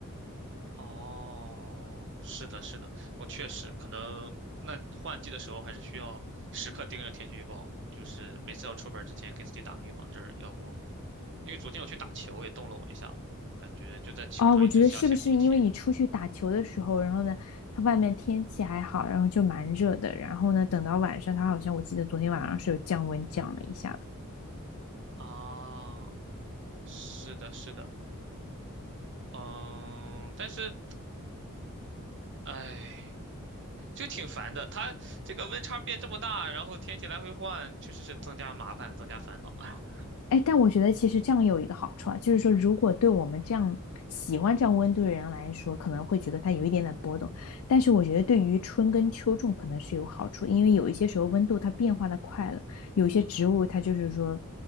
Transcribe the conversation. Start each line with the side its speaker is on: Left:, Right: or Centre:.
Right: 哦，是的，是的，我确实可能那换季的时候还是需要时刻盯着天气预报，就是每次要出门儿之前给自己打个预防针儿，要不，因为昨天我去打球也冻了我一下子，感觉就在球场一直想擤鼻涕
Left: 哦，我觉得是不是因为你出去打球的时候，然后呢，它外面天气还好，然后就蛮热的，然后呢，等到晚上，它好像我记得昨天晚上是有降温降了一下
Right: 啊，是的，是的，嗯，但是，哎，就挺烦的，它这个温差变这么大，然后天气来回换，确实是增加麻烦，增加烦恼。<laughs>
Left: 哎，但我觉得其实这样有一个好处啊，就是说，如果对我们这样喜欢这样温度的人来说，可能会觉得它有一点点波动，但是我觉得对于春耕秋种可能是有好处，因为有一些时候温度它变化的快了，有些植物它就是说，